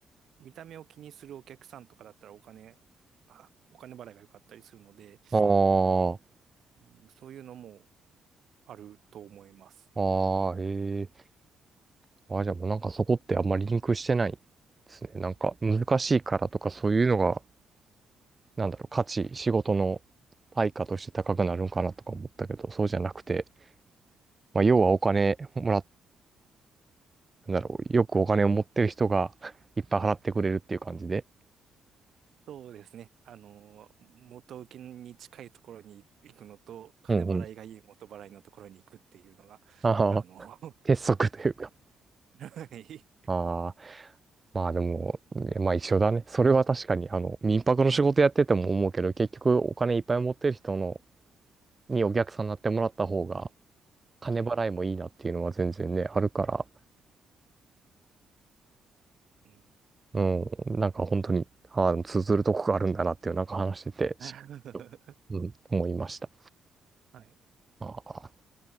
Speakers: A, on the right; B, on the right.
A: 見た目を気にするお客さんとかだったらお金、あ、お金払いが良かったりするので、
B: ああ、
A: うんそういうのも、あると思います。
B: ああ、ええ、あじゃあもうなんかそこってあんまりリンクしてないですね。なんか難しいからとかそういうのが、なんだろう、価値、仕事の対価として高くなるんかなとか思ったけど、そうじゃなくて、まあ、要はお金もらっ、なんだろう、よくお金を持ってる人が <laughs> いっぱい払ってくれるっていう感じで。
A: そうですね。あの、元請けに近いところに行くのと、金払いがいい元払いのところに行くっていうのが、
B: うんうん。ああ、
A: あの、<laughs> は
B: 鉄則というか。
A: い。
B: ああ。まあでも、ねまあ一緒だね。それは確かに、あの、民泊の仕事やってても思うけど、
A: はい。
B: 結局お金いっぱい持ってる人の、にお客さんになってもらった方が、金払いもいいなっていうのは全然ね、
A: はい。
B: あるから、
A: うん
B: うん、なんか本当に、ああ、通ずるとこがあるんだなっていう、なんか話してて、
A: <laughs>
B: しうん、思いました。
A: はい。
B: ああ、